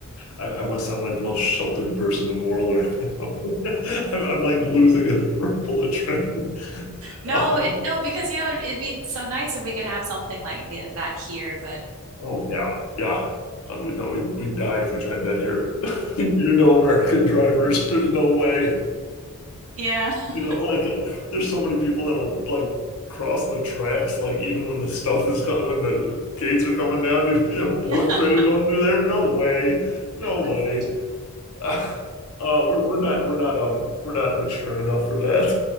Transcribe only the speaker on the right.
no,
it no because you know it'd, it'd be so nice if we could have something like th- that here, but
yeah. <laughs>
Yeah.
Unfortunately.